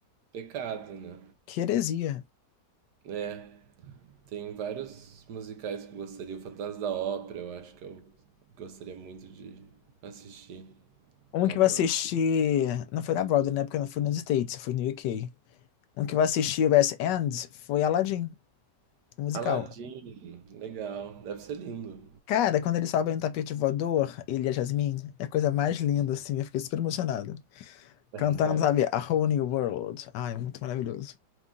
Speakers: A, on the right (about 70°); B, on the left (about 75°).
A: pecado, né?
B: Que heresia.
A: É, tem vários musicais que eu gostaria. O Fantasma da Ópera, eu acho que eu gostaria muito de assistir
B: Um
A: na
B: que
A: Broadway.
B: eu assisti. Não foi na Broadway, né? Porque eu não fui nos States, eu fui no UK. Um que eu assisti, o West End, foi Aladdin, o musical.
A: Aladdin, legal, deve ser lindo.
B: Cara, quando eles sobem no tapete voador, ele e a Jasmine, é a coisa mais linda, assim. Eu fiquei super emocionado.
A: <laughs>
B: Cantando, sabe, A Whole New World. Ai, muito maravilhoso.